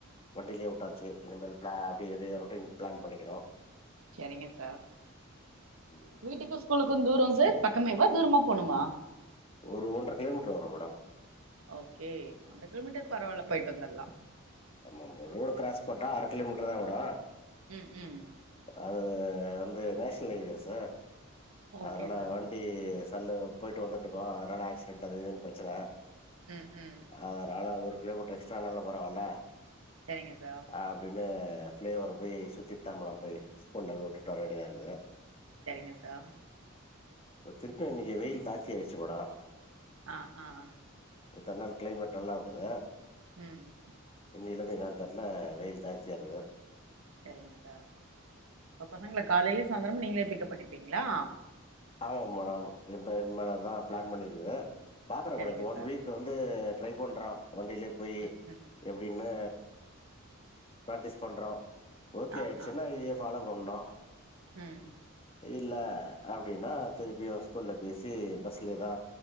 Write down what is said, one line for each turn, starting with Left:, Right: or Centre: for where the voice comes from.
Left: வண்டிலயே வுட்டாச்சு இனிமேல் பிளான் அப்டியே எது ரொட்டேஷன் பிளான் பண்ணிக்கணு
Right: செரிங்க சார்
Left: ம்,
Right: வீட்டுக்கு ஸ்கூலுக்கு தூரோ சார் பக்கமே வா தூரமா போணுமா
Left: ஒரு ஒன்றரை கிலோமீட்டர் வரும் மேடம்
Right: ஓகே ஒன்ற கிலோமீட்டர் பரவால்ல போய்ட்டு வந்தர்லா
Left: ஆமா ரோடு க்ராஸ் பன்ட்டா அற கிலோமீட்டர் தா ஊடா
Right: ம் ம்
Left: அது வந்து நேஷனல் கய்வேஸ்ஸு
Right: ஓகே
Left: அதனால
Right: சார்
Left: வந் <unintelligible> சண்ட போய்ட்டு வந்துட்டு இருக்கோ அதனால ஆக்சிடெட் அது இதுன்னு ப்ரச்சன
Right: ம் ம்
Left: அதனால ஒரு கிலோமீட்டர் எக்ஸ்ட்ரானாலு பரவால்ல
Right: செரிங்க சார்
Left: அப்டின்னு பிள்ளைய ஒரு போய் சுத்திட்டு தா மேடம் போய் ஸ்கூல்ல போய் விட்டுட்டு வர வேண்டியதா இருக்குது
Right: செரிங்க சார்
Left: ஒ திருப்ப இன்னைக்கி வெய்யில் தாஸ்தியா ஆயிடுச்சு மேடம்
Right: ஆ ஆ அ
Left: இத்தன் நாள் க்ளைமேட் நல்லா இருந்தாது
Right: ம் ம்
Left: இன்னில இருந்து நா தர்ல வெய்யில் ஜாஸ்தியாருக்குது
Right: செரிங்க சார் இப்போ பசங்கள காலையிலயு சாயந்தரமாக நீங்களே பிக்கப் பண்ணிப்பீங்களா
Left: ஆமாங்க மேடம் இப்போ என் மேலே தா ஃப்ளா பண்ணியிருக்குது பாக்குறே
Right: சரிங்க
Left: ஒகே டம் இந்த ஒன்
Right: சார்
Left: வீக் வந்து ட்ரை பண்றா வண்டிலயே போயி
Right: ம் ம்
Left: எப்டின்னு பிராக்டிஸ் பண்ணுறோ ஓகே
Right: ஆ
Left: அடிசுனா
Right: ஆ
Left: எ பாலோ பண்ணோ
Right: ம்
Left: இல்ல அப் அப்டின்னா திருப்பியு ஸ்கூல்ல பேசி பஸ்ல தா